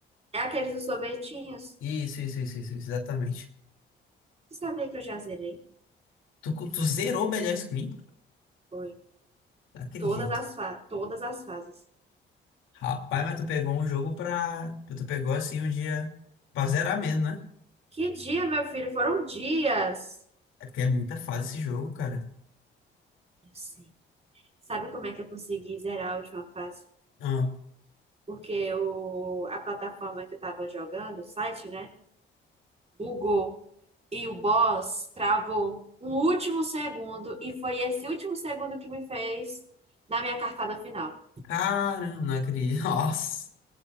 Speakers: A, on the right (about 30°); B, on the left (about 85°).
A: É aqueles dos sorvetinhos?
B: Isso, isso, isso, isso, isso, exatamente.
A: Você sabia que eu já zerei?
B: Tu, tu zerou Bad Ice Cream?
A: Foi.
B: Não Acredito.
A: Todas as fa todas as fases.
B: Rapaz, mas tu pegou um jogo pra. Tu pegou assim um dia pra zerar mesmo, né?
A: Que dia, meu filho? Foram dias.
B: É porque é muita fase esse jogo, cara.
A: Eu sei. Sabe como é que eu consegui zerar a última fase?
B: Ah,
A: Porque o, a plataforma que eu tava jogando, o site, né? Bugou. E o boss travou um último segundo. E foi esse último segundo que me fez na minha cartada final.
B: caramba, não acredito. <laughs> Nossa.